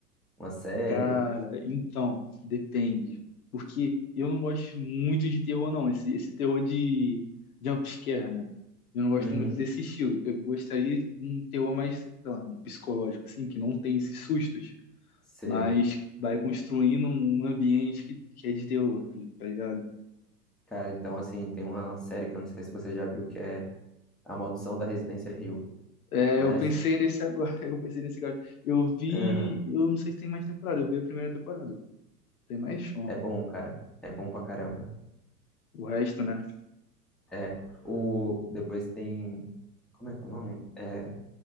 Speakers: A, in the centre; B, on the left.
A: Uma série?
B: Cara, então, depende. Porque eu não gosto muito de terror, não. Esse, esse terror de jumpscare, né? Eu não gosto
A: Uhum.
B: muito desse estilo. Eu gostaria de um terror mais, sei lá, um psicológico, assim, que não tem esses sustos,
A: Sei.
B: mas vai construindo um ambiente que, que é de terror, tá tá ligado?
A: Cara, então, assim, tem uma série que eu não sei se você já viu, que é A Maldição da Residência Hill.
B: É,
A: Conhece?
B: eu pensei nesse agora, <laughs> eu pensei nesse agora. Eu vi,
A: Aham.
B: eu não sei se tem mais temporada, eu vi a primeira temporada. Tem mais ou não?
A: É bom, cara. É bom pra caramba.
B: O resto, né?
A: É, o, depois tem. Como é que é o nome? É,